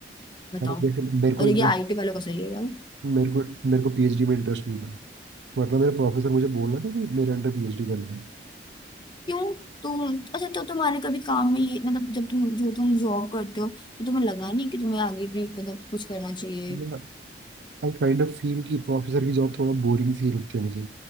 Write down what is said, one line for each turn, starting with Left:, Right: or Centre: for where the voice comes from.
Left: बताओ
Right: अरे जैसे मेरे को
Left: और
Right: इंटरेस्ट
Left: ये आईटी वालों का सही है यार
Right: मेरे को मेरे को पीएचडी में इंटरेस्ट नहीं था वरना मेरा प्रोफेसर मुझे बोल रहा था कि मेरे अंडर पीएचडी करना
Left: क्यों तुम अच्छा तो तुम्हारे कभी काम में ये मतलब जब तुम जो तुम जॉब करते हो तो तुम्हें लगा नहीं कि तुम्हें आगे भी मतलब कुछ करना चाहिए
Right: है आई काइंड ऑफ फील कि प्रोफेसर की जॉब थोड़ा बोरिंग सी लगती है मुझे